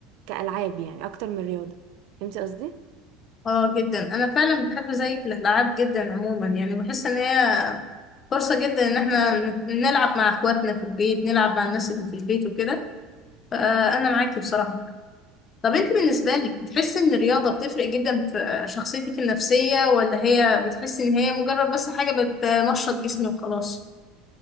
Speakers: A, on the right; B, on the left.
A: كألعاب يعني أكتر من رياضة فهمتي قصدي؟
B: اه جدا أنا فعلا بحب زيك الألعاب جدا عموما يعني بحس إن هي فرصة جدا إن احنا نلعب مع إخواتنا في البيت نلعب مع الناس اللي في البيت وكده فأنا معاكي بصراحة طب انت بالنسبة لك بتحسي ان الرياضة بتفرق جدا في شخصيتك النفسية ولا هي بتحسي ان هي مجرد بس حاجة بتنشط جسمك وخلاص؟